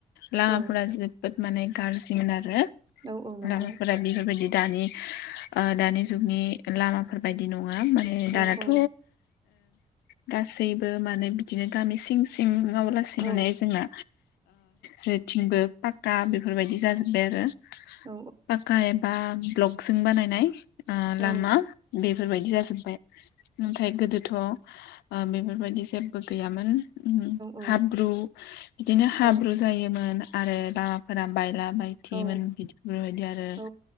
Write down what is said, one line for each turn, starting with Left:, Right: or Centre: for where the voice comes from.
Left: लामाफोरा
Right: औ
Left: जोबोद माने गाज्रिमोन आरो
Right: औ औ नंगौ
Left: लामाफोरा बेफोरबायदि दानि दानि जुगनि लामाफोर बायदि नङा माने दानाथ'
Right: औ औ
Left: गासैबो माने बिदिनो गामि सिं सिं नङाबा लासे माने
Right: औ
Left: जोंना जेरेथिंबो पाक्का बेफोरबायदि जाजोब्बाय आरो।
Right: औ
Left: पाका एबा ब्लकजोंं बानायनाय लामा
Right: औ
Left: बेफोरबायदि जाजोब्बाय नाथाय गोदोथ' ओ बेफोरबायदि जेबो गैयामोन।
Right: औ
Left: हाब्रु बिदिनो हाब्रु
Right: औ
Left: जायोमोन आरो लामाफोरा बायला बायथिमोन
Right: औ औ
Left: बेबादि आरो
Right: औ